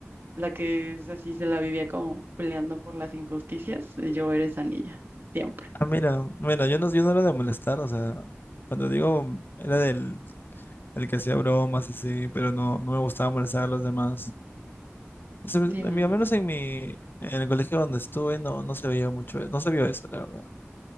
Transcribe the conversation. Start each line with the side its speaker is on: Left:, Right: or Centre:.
Right: la que es así se la vivía como peleando por las injusticias. Yo era esa niña, siempre.
Left: Ah, mira, bueno, yo no, yo no era de molestar, o sea, cuando digo era del el que hacía bromas así, pero no, no me gustaba molestar a los demás. Se me-
Right: Sí, no,
Left: a mí- al menos
Right: sí.
Left: en mi, en el colegio donde estuve no, no se veía mucho, e- no se vio eso, la verdad.